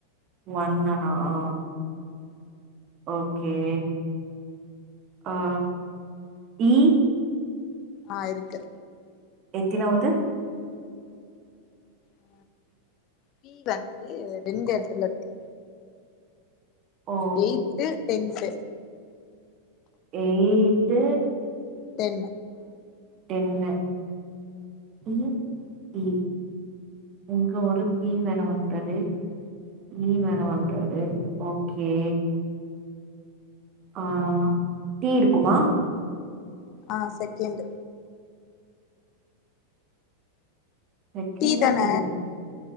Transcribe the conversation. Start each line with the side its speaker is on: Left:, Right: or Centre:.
Right: ஒண்னா ஆ ஓக்கே ஆ இ
Left: ஆ இருக்கு
Right: எத்தினாவது
Left: உ பீ வந்து ரெண்டு எடத்துல இருக்கு
Right: ஓ
Left: ஏயித்து டென்த்து
Right: ஏயித்து
Left: டென்
Right: டென்னு உம் இ இங்க ஒரு டி வேர வந்தது டீன் வேற வன்டாரு ஓக்கே ஆ டீ இருக்குமா
Left: ஆ செக்கெண்டு
Right: சேகண்டே
Left: டீ தான
Right: டி தா